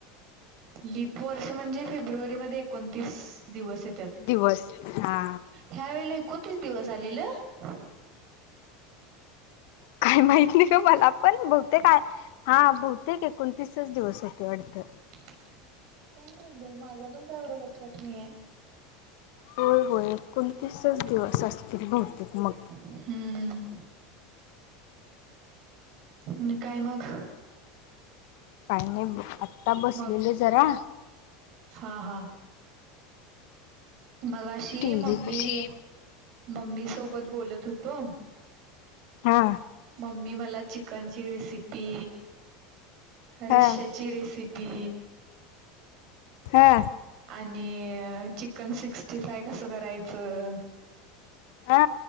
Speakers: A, on the right; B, on the left.
A: लिप वर्ष म्हणजे फेब्रुवारी मध्ये एकोणतीस दिवस. त्यात
B: दिवस हा
A: ह्या वेळे ला एकोणतीस दिवस आलेल. <inaudible>
B: काय माहित नाही ग मला पण बहुतेक हा बहुतेक एकोणतीसच दिवस होते वाटत.
A: काय माहित बाई माझ्या पण काय एवढं लक्षात नाहीय.
B: होय होय एकोणतीस च दिवस असतील बहूतेक मग.
A: हम्म आणि काय मग.
B: काही नाही आता बसलेले
A: मग
B: जरा.
A: हा हा मग अशी
B: टी
A: मम्मी
B: व्ही बघत
A: मम्मी सोबत बोलत. तोम
B: हा
A: मम्मी मला चिकनची रेसिपी रश्याची
B: हा
A: रेसिपी
B: हा.
A: आणि चिकन सिक्स्टी फाय कसं करायचं.
B: हा.